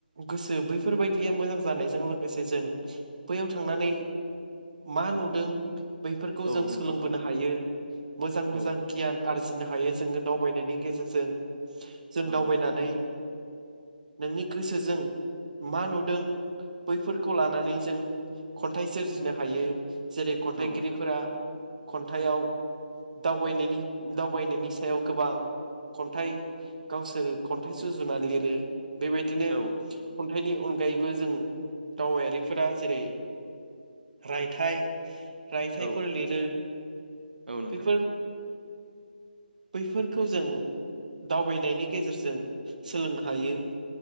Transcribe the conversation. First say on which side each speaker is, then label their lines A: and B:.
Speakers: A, on the right (about 50°); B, on the right (about 75°).
A: गोसो बैफोरबायदिया मोजां जानायजों लोगोसे जों बैयाव थांनानै मा नुदों बैफोरखौ
B: औ
A: जों
B: नोंथां
A: सोलोंबोनो हायो। मोजां मोजां
B: औ
A: गियान आरजिनो हायो जोङो दावबायनायनि गेजेरजों। जों
B: औ
A: दावबायनानै
B: नोंथां
A: नोंनि गोसोजों मा नुदों बैफोरखौ लानानै जों खन्थाइ सोरजिनो हायो। जेरै खन्थाइगिरिफोरा
B: औ नोंथां
A: खन्थाइआव दावबायनायनि दावबायनायनि सायाव गोबां खन्थाइ गावसोरो खन्थाइ सुजुना लिरो। बेबायदिनो
B: औ
A: खन्थाइनि अनगायैबो जों दावबायारिफोरा जेरै रायथाइ रायथाइफोर
B: औ
A: लिरो।
B: औ नोंथां
A: बेफोर बैफोरखौ जों दावबायनायनि गेजेरजों सोलोंनो हायो।